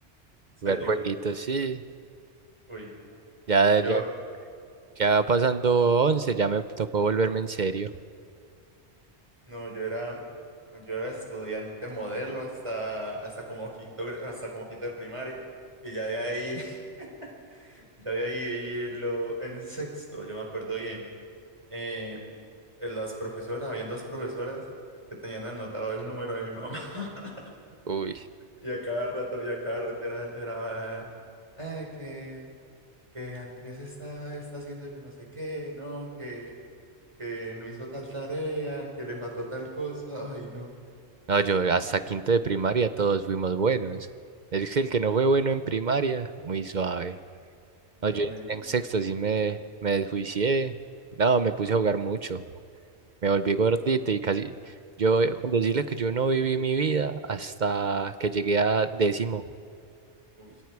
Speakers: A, on the right; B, on the right.
A: ¿Serio?
B: jugar jueguitos, sí.
A: Uy, no.
B: Ya,
A: Yo,
B: ya Ya va pasando once ya me tocó volverme en serio.
A: No, yo era, yo era estudiante modelo hasta, hasta como quinto, gre- hasta como quinto de primaria. Y ya de ahí, <laughs> ya de ahí lo, en sexto, yo me acuerdo bien. eh, las profesoras, habían dos profesoras que tenían anotado el número de mi mamá. <laughs>
B: Uy,
A: Y a cada rato, y a cada rato era, era eh, que, que Andrés está, está haciendo yo no sé qué, no, que, que no hizo tal tarea, que le faltó tal cosa. Ay, no.
B: no, yo hasta quinto de primaria todos fuimos buenos. Es que el que no fue bueno en primaria, muy suave.
A: No,
B: No, yo en
A: y.
B: en sexto sí me, me desjuicié. No, me puse a jugar mucho. Me volví gordito y casi. Yo, eh, con decirles que yo no viví mi vida hasta que llegué a décimo.
A: Uy.